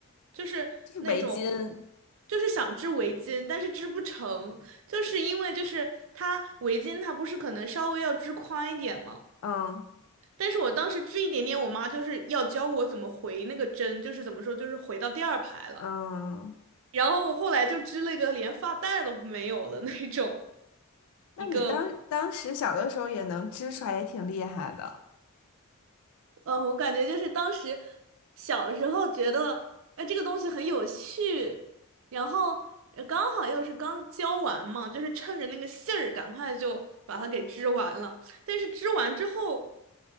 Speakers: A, on the right; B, on the left.
A: 就是那种
B: 就是围巾，
A: 就是想织围巾，但是织不成，就是因为就是它围巾它不是可能稍微要织宽一点吗？
B: 嗯
A: 但是我当时织一点点，我妈就是要教我怎么回那个针，就是怎么说，就是回到第二排了。
B: 嗯，
A: 然后我后来就织了一个连发带都没有的那种
B: 那你当当时小的时候也能织出来，
A: 一个。
B: 也挺厉害的，
A: 嗯，我感觉就是当时小时候觉得，哎，这个东西很有趣，然后呃刚好又是刚教完嘛，就是趁着那个信儿，赶快就把它给织完了。但是织完之后